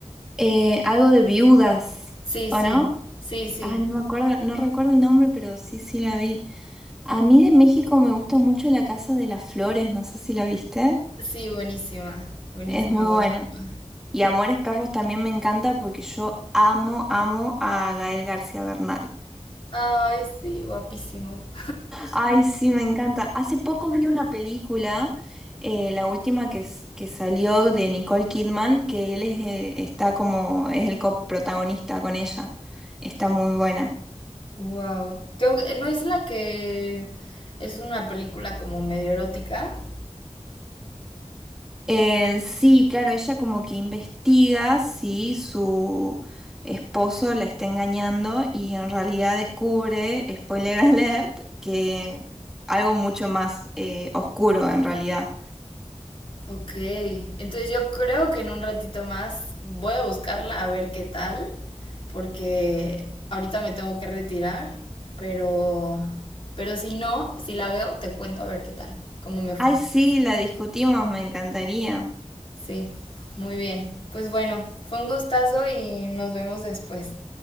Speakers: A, in the centre; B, on the left (about 50°).
A: Eh, algo de viudas,
B: Sí,
A: ¿o
B: sí,
A: no?
B: sí, sí.
A: Ah, no me acuerdo, no recuerdo el nombre, pero sí, sí la vi. A mí de México me gusta mucho La Casa de las Flores, no sé si la viste.
B: Sí, buenísima, buenísima,
A: Es muy
B: buenísima.
A: buena. Y Amores Perros también me encanta porque yo amo, amo a Gael García Bernal.
B: Ay, sí, guapísimo.
A: Ay, sí, me encanta. Hace poco vi una película, eh, la última que, s- que salió de Nicole Kidman, que él es, eh, está como, es el coprotagonista con ella. Está muy buena.
B: Wow. Tengo que- ¿No es la que es una película como medio erótica?
A: Eh, sí, claro, ella como que investiga si su esposo la está engañando y en realidad descubre, spoiler <laughs> alert, que algo mucho más eh, oscuro en realidad.
B: Ok, entonces yo creo que en un ratito más voy a buscarla a ver qué tal, porque ahorita me tengo que retirar, pero, pero si no, si la veo, te cuento a ver qué tal, cómo me fue.
A: Ay, sí, la discutimos, me encantaría.
B: Sí, muy bien. Pues bueno, fue un gustazo y nos vemos después.